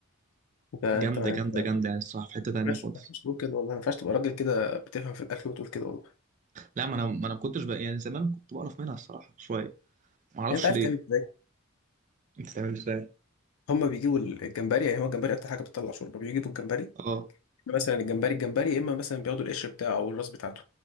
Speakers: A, on the left; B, on the right.
A: أنت أنت
B: جامده
A: ما
B: جامده
A: أنت ما
B: جامده يعني الصراحه في حته تانيه
A: ينفعش
B: خالص
A: ما ينفعش تقول كده والله ما ينفعش تبقى راجل كده بتفهم في الأكل وتقول كده والله
B: لا ما انا ما انا كنتش بقى يعني زمان كنت بقرف منها الصراحه شويه ما اعرفش
A: يعني أنت عارف
B: ليه
A: تعمل إزاي
B: بتتعمل ازاي
A: هما بيجيبوا الجمبري يعني هو الجمبري أكتر حاجة بتطلع شوربة بيجيبوا الجمبري
B: اه
A: مثلا الجمبري الجمبري يا اما مثلا بياخدوا القشر بتاعه او الراس بتاعته